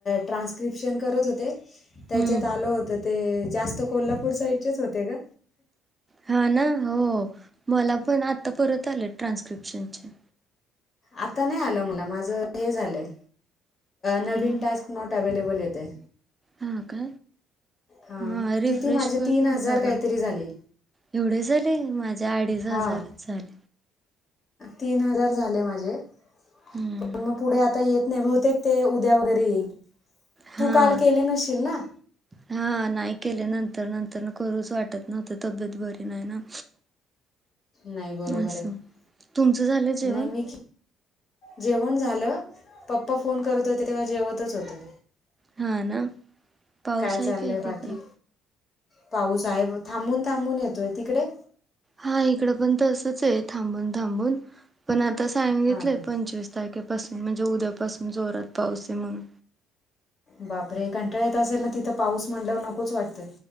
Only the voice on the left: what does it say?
ट्रान्स्क्रिप्शन करत होते. त्याच्यात
आल होत ते जास्त कोल्हापूर साईडचेच होते ग
आता नाही आलं मुला माझं हे झालंय नवीन
टास्क. नॉट अवेलेबल येत आहे.
हां
किती माझे
तीन हजार
काहीतरी झाले
हां
तीन हजार झाले माझे
पण मग पुढे आता येत. नाही बहुतेक ते उद्या वगैरे येईल
तू काल केले नशील ना.
नाही बरोबर
आहे
नाही मी जेवण झालं.. पप्पा फोन करत होते तेव्हा जेवतच होते.
चाललंय
बाकी
पाऊस आहे.. थांबून थांबून येतोय. तिकडे?
हां
बापरे कंटाळ येत असेल ना तिथं पाऊस म्हटल्यावर नकोच वाटतं.